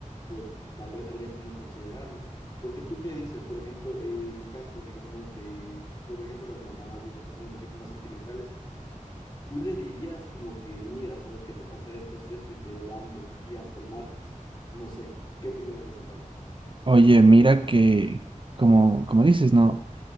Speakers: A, on the left; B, on the right.
A: pues tal vez habría como considerarlo. Porque tú qué dices, por ejemplo, en el caso, digamos, de, por ejemplo, las mamadas y eso que son un poquito más sentimentales, tú le dirías como que, mira, sabes que te pasa esto, esto, esto, y te dan de aquí hasta el martes. No sé, ¿qué opinas en esa parte?
B: Oye, mira que, como, como dices, ¿no?